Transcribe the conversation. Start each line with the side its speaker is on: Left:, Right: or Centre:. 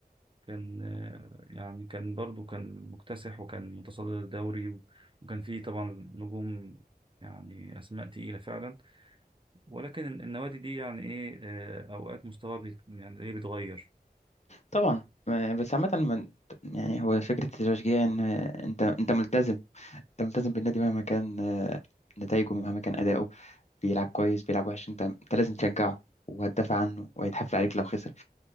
Right: كان آه، يعني كان برضو كان مكتسح وكان متصدر الدوري وكان فيه طبعا نجوم يعني أسماء تقيلة فعلا ولكن ال- النوادي دي يعني ايه آه، اوقات مستواها بيت- يعني ايه بيتغير
Left: طبعا ما- بس عامة ما- يعني هو فكرة التشجيع ان آه، انت انت ملتزم انت ملتزم بالنادي مهما كان آه، نتائجه مهما كان اداؤه بيلعب كويس بيلعب وحش انت انت لازم تشجعه وهتدافع عنه وهيتحفل عليك لو خسر